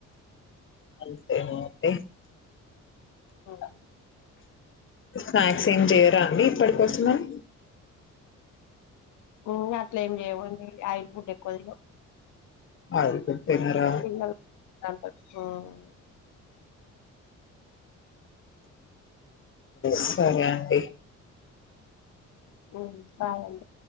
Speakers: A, on the left; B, on the left.
A: అంతే యేమంటె
B: ఉమ్
A: స్నాక్స్ ఏమ్ చేయరా అండి. పడి కొస్తున్నమ్.
B: ఊ అట్ల ఏమ్ చేయమండి. ఆయల్ ఫుడ్ ఎక్కువ తినం
A: ఆయిల్ ఫుడ్
B: హు
A: తినరా
B: ఇయ్యల దాన్ కోసం ఉమ్
A: సరే అండి
B: ఉమ్ బాయ్ అండి